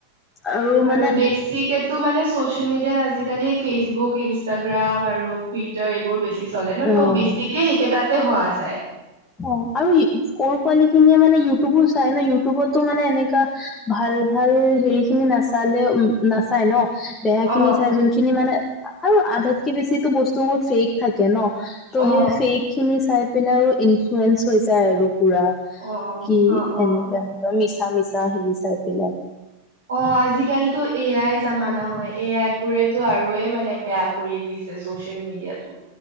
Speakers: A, on the left (about 20°); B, on the right (about 70°).
A: আৰু।
B: আৰু
A: মানে
B: বেছিকেটো মানে চচিয়েল মিডিয়াত আজিকালি ফেচবুক ইনষ্টাগ্ৰাম আৰু। জুপিটাৰ এইবোৰ বেছি চলে ন ত'
A: অ
B: বেছিকে সেইকেইটাতে হোৱা যায়।
A: অ আৰু সৰু পোৱালী খিনিয়ে মানে ইউটিউবো চাই ন ইউটিউবতো মানে এনেকা ভাল। ভাল ভাল হেৰি খিনি নাচালেও উম নাচায় ন। বেয়া খিনি
B: অ
A: চাই যোনখিনি মানে আৰু আধাতকেও বেছি বস্তুবোৰ ফেক থাকে ন। ত
B: অ
A: সেই ফেক খিনি চাই পেলাইও ইনফ্লয়েঞ্চ হৈ যায় আৰু। <unintelligible> পুৰা
B: অ
A: কি
B: অ অ
A: এনেকুৱা
B: অ
A: এনেকুৱা মিছা মিছা হেৰি চাই। পেলাই
B: অ আজি কালিতো এয়াই জামানা। হয় এই আই বোৰেটো আৰু য়ে মানে বেয়া কৰি দিছে চচিয়েল মিডিয়া টো।